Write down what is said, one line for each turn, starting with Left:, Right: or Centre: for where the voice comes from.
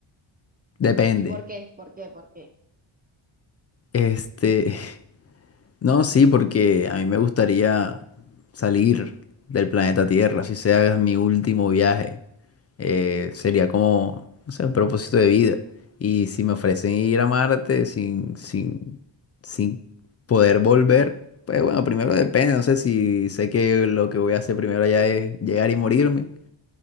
Left: depende.
Right: ¿Y por qué? ¿Por qué? ¿Por qué?
Left: Este, <laughs> no, sí, porque a mí me gustaría salir del planeta Tierra, si sea mi último viaje. eh, sería como, no sé, un propósito de vida. Y si me ofrecen ir a Marte sin, sin, sin poder volver, pues bueno, primero depende, no sé si sé que lo que voy a hacer primero allá es llegar y morirme,